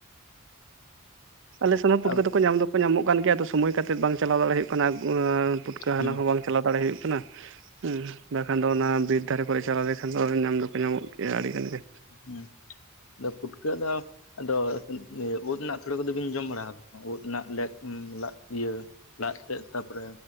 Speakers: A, on the right; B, on the left.
A: ᱟᱞᱮᱥᱱ ᱦᱚᱸ ᱯᱩᱴᱠᱟᱹ
B: ᱟᱵᱚ
A: ᱫᱚᱠᱚ ᱧᱟᱢ ᱫᱚᱠᱚ ᱧᱟᱢᱚᱜ ᱠᱟᱱ ᱜᱮᱭᱟ ᱟᱫᱚ ᱥᱚᱢᱳᱚᱭ ᱠᱟᱛᱮᱫ ᱵᱟᱝ ᱪᱟᱞᱟᱣ ᱫᱟᱲᱮᱭᱟᱜ ᱦᱩᱭᱩᱜ ᱠᱟᱱᱟ ᱯᱩᱴᱠᱟᱹ
B: ᱦᱩᱸ
A: ᱦᱟᱞᱟᱝ ᱦᱚᱸ ᱵᱟᱝ ᱪᱟᱞᱟᱣ ᱫᱟᱲᱮ ᱦᱩᱭᱩᱜ ᱠᱟᱱᱟ ᱦᱩᱸ ᱵᱟᱠᱷᱟᱱ ᱫᱚ ᱚᱱᱟ ᱵᱤᱨ ᱫᱟᱨᱮ ᱠᱚᱨᱮ ᱪᱟᱞᱟᱣ ᱞᱮᱠᱷᱟᱱ ᱫᱚ ᱧᱟᱢ ᱫᱚᱠᱚ ᱧᱟᱢᱚᱜ ᱜᱮᱭᱟ ᱟᱹᱰᱤ ᱜᱟᱱ ᱜᱮ
B: ᱦᱩᱸ ᱟᱫᱚ ᱯᱩᱴᱠᱟᱹ ᱫᱚ ᱟᱫᱚ ᱩᱫ ᱨᱮᱱᱟᱜ ᱥᱳᱲᱮ ᱠᱚᱫᱚ ᱵᱤᱱ ᱡᱚᱢ ᱵᱟᱲᱟ ᱩᱫ ᱨᱮᱱᱟᱜ ᱞᱮᱫ ᱞᱟᱫ ᱤᱭᱟᱹ ᱞᱟᱫᱽ ᱛᱮᱫ ᱛᱟᱯᱚᱨᱮ